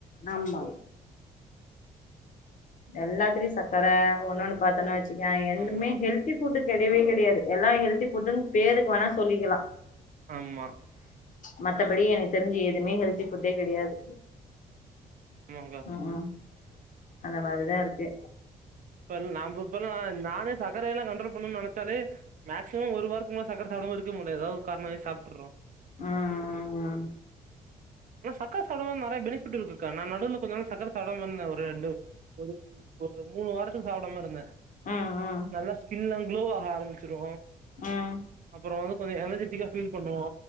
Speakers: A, on the left (about 55°); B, on the right (about 55°).
A: ஆமா எல்லாத்திலி சக்கர ஒன்னொன்னு பாத்தோன்னா வச்சுக்கே எந்தமே
B: ஆமா
A: ஹெல்தி ஃபுட்டு கெடையவே கெடையாது எல்லா ஹெல்தி ஃபுட்டுன்னு பேருக்கு வேணா சொல்லிக்லா
B: ஆமா
A: மத்தபடி எனக்கு தெரிஞ்சு எதுமே ஹெல்த்தி ஃபுட்டே கெடையாது
B: ஆமாங்கா
A: ம் ம் அந்த மாரிதா இருக்கு
B: இப்ப நாம இப்பல்லா நானே சக்கரையெல்லா கன்ட்ரோல் பண்ணனுன் நெனச்சாலே மேக்சிமம் ஒரு வார்த்துக்மேல சக்கர சாப்டாம இருக்க முல்ல ஏதாவது ஒரு கார்ணம் ஆயி சாப்ட்டுர்றோ
A: ம் ம் ம்
B: ஆனா சக்கர சாப்டாம நறைய பெனிஃபிட் இருக்குக்கா நா நடுல கொஞ்ச நாள் சக்கர சாப்டாம இருந்த ஒரு ரெண்டு ஒரு ஒரு மூணு வாரத்துக் சாப்டாம இருந்தே
A: ம்
B: நல்லா ஸ்கின்லா குளோ ஆக ஆரம்பிச்சிரு
A: ம்
B: அப்புறோ வந்து கொஞ்ச எனர்ஜெட்டிக்கா ஃபீல் பண்ணுவோ